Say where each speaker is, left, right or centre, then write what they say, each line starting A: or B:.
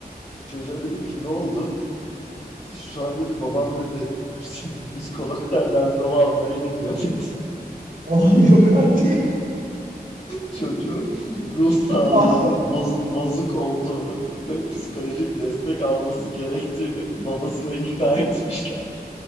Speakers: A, on the left; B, on the right.
A: Çocuğa dedim ki ne oldu? Şu an dedi babam dedi <laughs> psikologdan randevu almaya gidiyor dedi.
B: Abi yok artık. <laughs>
A: çocuğu ruh sağlığının
B: Ah,
A: boz- bozuk olduğunu ve psikolojik destek alması gerektiğini babasına ikna etmişler.